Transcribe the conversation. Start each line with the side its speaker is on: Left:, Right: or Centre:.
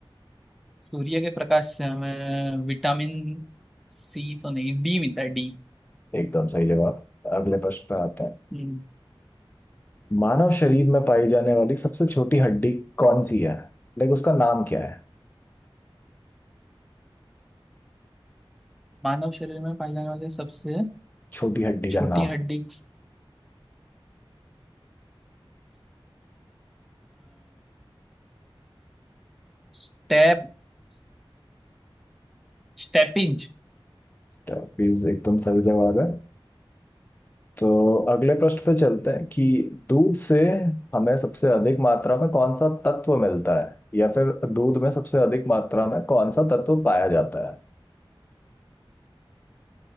Centre: सूर्य के प्रकाश से हमें विटामिन सी तो नहीं डी मिलता है डी
Left: एकदम सही जवाब अगले प्रश्न पे आते हैं
Centre: हम्म।
Left: मानव शरीर में पाई जाने वाली सबसे छोटी हड्डी कौन सी है लाइक उसका नाम क्या है
Centre: मानव शरीर में पाई जाने वाली सबसे
Left: छोटी हड्डी का
Centre: छोटी
Left: नाम
Centre: हड्डी स्टेप स्टेपिंज
Left: प्लीज एकदम सही जवाब है तो अगले प्रश्न पे चलते हैं कि दूध से हमें सबसे अधिक मात्रा में कौन सा तत्व मिलता है या फिर दूध में सबसे अधिक मात्रा में कौन सा तत्व पाया जाता है